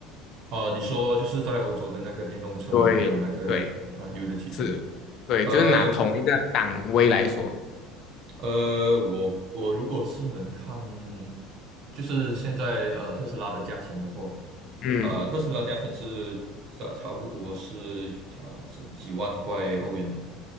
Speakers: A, on the right; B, on the left.
A: 啊，呃你说就是在欧洲的那个电动车，
B: 对，
A: 还有那个燃油的汽车，
B: 对，是，对，
A: 呃。
B: 就是拿同一个档位来说，
A: 呃，我我如果是能看，就是现在呃特斯拉的价钱的话，
B: 嗯
A: 呃特斯拉价钱是差差不多是呃这几万块欧元吧。